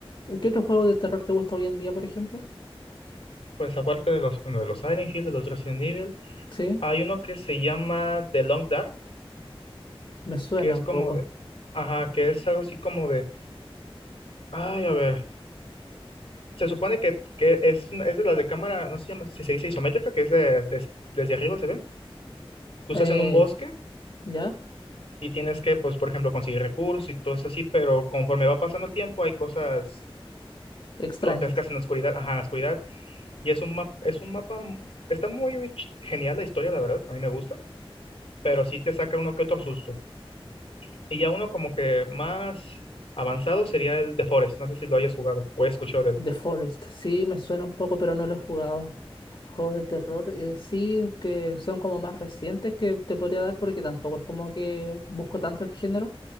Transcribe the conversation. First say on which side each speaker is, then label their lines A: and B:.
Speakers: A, on the left (about 55°); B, on the left (about 80°).
A: ¿Qué otro juego de terror te gusta hoy en día, por ejemplo?
B: Pues aparte de los, bueno, de los Silent Hill, de los Resident Evil,
A: Sí.
B: hay uno que se llama The Long Dark,
A: Me suena
B: que es
A: un
B: como
A: poco.
B: de, ajá, que es algo así como de, ay, a ver. Se supone que, que es, una- es de la de cámara, no sé si llama- si se dice isométrica, que es de- des- desde arriba se ve. Tú estás
A: Eh,
B: en un bosque
A: ¿ya?
B: y tienes que, pues, por ejemplo, conseguir recursos y todo eso así, pero conforme va pasando el tiempo hay cosas
A: Extrañas.
B: grotescas en la oscuridad, ajá, en la oscuridad. Y es un mapa, es un mapa, m- está muy ch- genial la historia, la verdad, a mí me gusta, pero sí te saca uno que otro susto. Y ya uno como que más avanzado sería el de Forest, no sé si lo hayas jugado o he escuchado de él.
A: The Forest. Sí, me suena un poco, pero no lo he jugado. Juegos de terror, eh, sí, que son como más recientes que te podría dar porque tampoco es como que busco tanto el género.